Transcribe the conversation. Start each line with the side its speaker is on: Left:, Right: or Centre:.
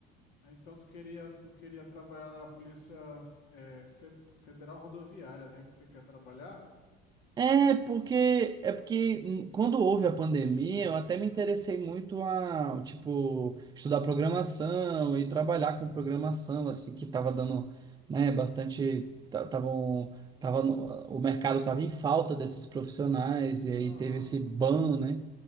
Left: Aí, Então tu queria, tu queria trabalhar na Polícia é, Fe- Federal Rodoviária, né? Que você quer trabalhar?
Right: É porque é porque hum, quando houve a pandemia, eu até me interessei muito a, tipo, estudar programação e trabalhar com programação, assim, que estava dando, né, bastante, ta- tavam, tava no- o mercado tava em falta desses profissionais e aí
Left: Aham.
Right: teve esse ban, né?